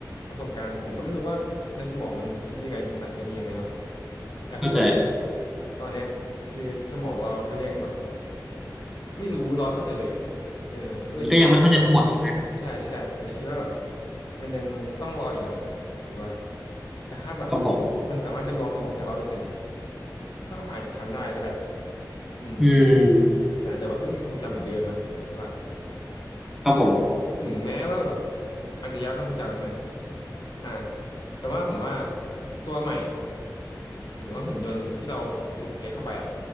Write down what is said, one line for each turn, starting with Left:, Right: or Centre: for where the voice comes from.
Left: ประสบการณ์ผมก็ไม่รู้ว่าในสมองมันคิดยังไงเป็นสารเคมียังไงเนาะแต่ผมว่า
Centre: เข้าใจ
Left: ตอนเนี้ยคือสมองเราเขายังแบบ ไม่รู้ร้อยเปอร์เซ็นต์เลยเออก็เลยคิดว่า
Centre: ก็ยังไม่เข้าใจทั้งหมดใช่ไหม
Left: ใช่ใช่อาจจะคิดว่าแบบมันยังต้องรออีกหน่อยครับคิดว่าแต่ถ้าแบบ
Centre: ครับผม
Left: มันสามารถจำลองสมองได้ร้อยเปอร์เซ็นต์ก็อาจจะทำได้ก็ได้อืม
Centre: อืม
Left: แต่อาจจะแบบไม่มีความทรงจำเหมือนเดิมนะผมคิดว่า
Centre: ครับผม
Left: ถึงแม้ว่าแบบอาจจะย้ายความทรงจำใช่ไหมอ่าแต่ว่าผมว่าตัวใหม่อ่ะหรือว่าหุ่นยนต์ที่เราถูกเทคเข้าไปอ่ะ